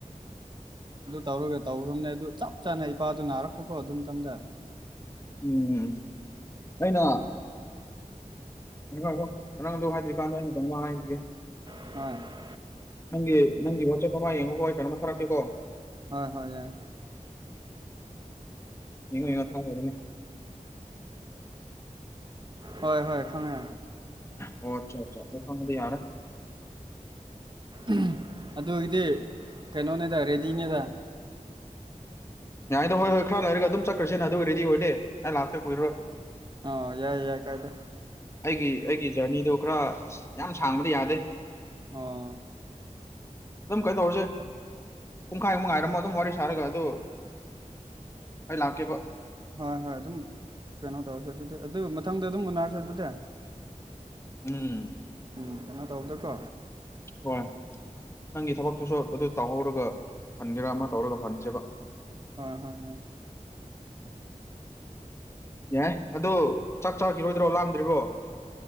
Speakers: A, on the right (about 35°); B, on the left (about 20°).
A: ꯑꯗꯨ ꯇꯧꯔꯒ ꯇꯧꯈ꯭ꯔꯕꯅꯦ ꯑꯗꯨ ꯆꯞ ꯆꯥꯅ ꯏꯄꯥꯗꯨ ꯅꯥꯔꯛꯄꯀꯣ ꯑꯗꯨꯝꯊꯝꯗ
B: ꯎꯝ ꯑꯩꯅ ꯑꯪꯉꯣ ꯅꯪꯗꯣ ꯍꯥꯏꯗ꯭ꯔꯤꯀꯥꯟꯗ ꯑꯩꯅ ꯀꯩꯅꯣꯝ ꯍꯥꯏꯈꯤꯒꯦ
A: ꯎ
B: ꯅꯪꯒꯤ ꯅꯪꯒꯤ ꯋꯥꯆꯦꯞ ꯑꯃ ꯌꯦꯡꯉꯣꯀꯣ ꯑꯩ ꯀꯩꯅꯣꯝ ꯑꯃ ꯊꯥꯛꯀꯦꯀꯣ
A: ꯍꯣꯏ ꯍꯣꯏ ꯌꯥꯏ
B: ꯌꯦꯡꯉꯣ ꯌꯦꯡꯉꯣ ꯊꯥꯔꯒꯅꯤ
A: ꯍꯣꯏ ꯍꯣꯏ ꯈꯪꯉꯦ
B: ꯑꯣ ꯑꯆꯥ ꯑꯆꯥ ꯗꯗꯨ ꯐꯗꯤ ꯌꯥꯔ
A: ꯎꯝ ꯑꯗꯨꯒꯤꯗꯤ ꯀꯩꯅꯣꯅꯦꯗ ꯔꯦꯗꯤꯅꯦꯗ
B: ꯌꯥꯥꯏꯗꯣ ꯍꯣꯏ ꯍꯣꯏ ꯈꯔ ꯂꯩꯔꯒ ꯑꯗꯨꯝ ꯆꯠꯈ꯭ꯔꯁꯤꯅ ꯑꯗꯨ ꯔꯦꯗꯤ ꯑꯣꯏꯗꯦ ꯑꯩ ꯂꯥꯛꯀꯦ ꯀꯨꯢꯔꯔꯣꯏ
A: ꯑꯣ ꯌꯥꯏ ꯌꯥꯏ ꯀꯥꯏꯗ
B: ꯑꯩꯒꯤ ꯑꯩꯒꯤ ꯖꯔꯅꯤꯗꯣ ꯈꯔ ꯌꯥꯝ ꯁꯥꯡꯕꯗꯤ ꯌꯥꯗꯦ
A: ꯑꯣ
B: ꯑꯗꯨꯝ ꯀꯩꯅꯣ ꯇꯧꯔꯁꯦ ꯄꯨꯡꯈꯥꯏꯃꯨꯛ ꯉꯥꯏꯔꯝꯃꯣ ꯑꯗꯨꯝ ꯋꯥꯔꯤ ꯁꯥꯔꯒ ꯑꯗꯨ ꯑꯩ ꯂꯥꯛꯀꯦꯕ
A: ꯍꯣꯏ ꯍꯣꯏ ꯑꯗꯨꯝ ꯀꯩꯅꯣ ꯇꯧꯔꯁꯦ ꯑꯗꯨꯗꯤ ꯑꯗꯨ ꯃꯊꯪꯗ ꯑꯗꯨꯝ ꯎꯅꯔꯁꯦ ꯑꯗꯨꯗꯤ
B: ꯎꯝ
A: ꯎꯝ ꯀꯩꯅꯣ ꯇꯧꯕꯗꯣꯀꯣ
B: ꯍꯣꯏ ꯅꯪꯒꯤ ꯊꯕꯛꯇꯨꯁꯨ ꯑꯗꯨ ꯇꯧꯍꯧꯔꯒ ꯍꯟꯒꯦꯔꯥ ꯑꯃ ꯇꯧꯔꯒ ꯍꯟꯁꯦꯕ
A: ꯍꯣꯏ ꯍꯣꯏ ꯌꯥ
B: ꯌꯥꯏ ꯑꯗꯨꯗꯣ ꯆꯥꯛ ꯆꯥꯈꯤꯔꯣꯏꯗ꯭ꯔꯣ ꯂꯥꯝꯗ꯭ꯔꯤꯕꯣ